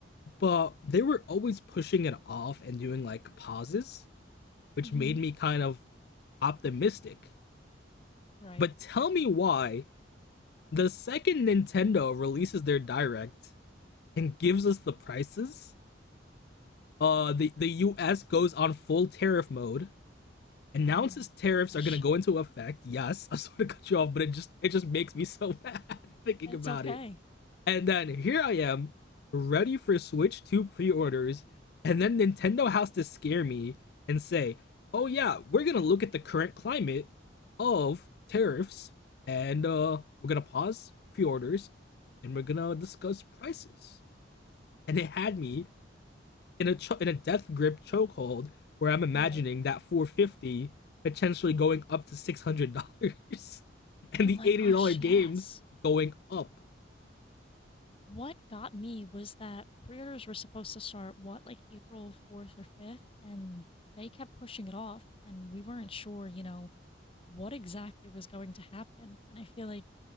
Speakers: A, on the left; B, on the left.
A: but they were always pushing it off and doing like pauses, which
B: Mm-hmm.
A: made me kind of optimistic.
B: Right.
A: But tell me why the second Nintendo releases their direct and gives us the prices, uh the the US goes on full tariff mode, announces
B: Oh my
A: tariffs
B: gosh.
A: are gonna go into effect. Yes, <laughs> I sort of cut you off, but it just it just makes me so mad <laughs> thinking
B: It's
A: about
B: okay.
A: it. And then here I am, ready for Switch 2 pre-orders, and then Nintendo has to scare me and say, "Oh yeah, we're gonna look at the current climate of tariffs, and uh, we're gonna pause pre-orders, and we're gonna discuss prices." And it had me in a in a death grip chokehold where I'm imagining
B: Right.
A: that 450 potentially going up to $600 <laughs>
B: Oh
A: and
B: my
A: the $80
B: gosh,
A: games
B: yes.
A: going up.
B: What got me was that pre-orders were supposed to start, what, like April 4th or 5th, and they kept pushing it off, and we weren't sure, you know, what exactly was going to happen. And I feel like